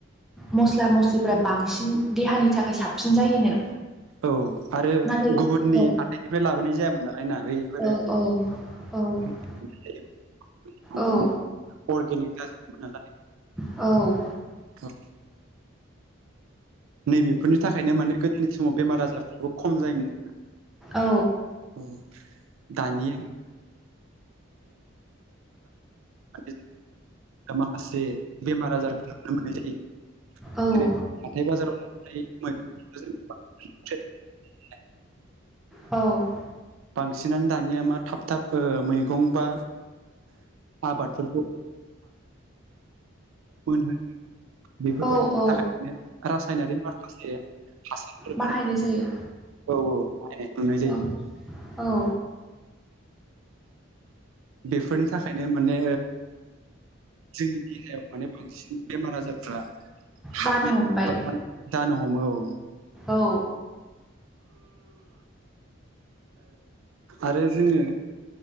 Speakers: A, in the centre; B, on the right.
A: मस्ला मस्लिफ्रा बांसिन देहानि थाखाय साबसिन जायोनो
B: औ आरो
A: नाथाय
B: गुबुननि
A: औ
B: हाथाइनिफ्राय लाबोनाय जायामोन नालाय ना बैफोरो
A: औ औ
B: <unintelligible>
A: औ औ
B: <unintelligible> नैबेफोरनि थाखायनो माने गोदोनि समाव बेमार आजारफ्राबो खम जायोमोन
A: औ
B: अ दानि <unintelligible> माखासे बेमार आजारखौ नुनो मोननाय जायो
A: औ
B: जेरै हाथाय बाजाराव <unintelligible>
A: औ
B: बांसिनानो दानिया मा थाब थाब मैगं बा आबादफोरखौ <unintelligible> बेफोरबायदिनि
A: औ औ
B: थाखायनो रासायनारि माखासे हासारफोर
A: बाहायनाय
B: औ
A: जायो
B: - औ बाहायनायखौ नुनाय जायो
A: औ
B: ।
A: औ
B: बेफोरनि थाखायनो माने जोंनि देहायाव माने बांसिन बेमार आजारफ्रा <unintelligible>
A: जानो हमबाय
B: जानो हमो औ
A: औ
B: आरो जोंङो